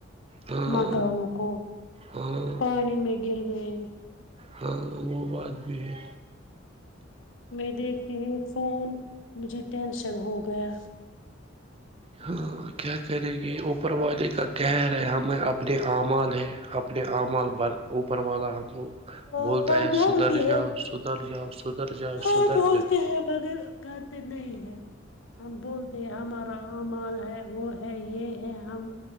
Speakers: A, on the right; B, on the left.
A: ہاں
B: مکانوں کو
A: ہاں
B: پانی میں گر گئے
A: ہاں وہ بات بھی ہے
B: میں دیکھتی ہوں ایک فون مجھے ٹینشن ہو گیا
A: ہاں کیا کریں گے اوپر والے کا قہر ہے ہمیں اپنے اعمال ہے اپنے آعمال بھر اوپر والا ہم کو
B: ہاں
A: بولتا
B: ہاں
A: ہے
B: بولتے
A: سدھر
B: ہیں
A: جاؤ سدھر جاؤ سدھر جاؤ
B: ہاں
A: سدر
B: بولتے
A: جا
B: ہیں مگر کرتے نہیں ہے ہم بول کہ ہمارا امال ہے وہ ہے یہ ہے ہم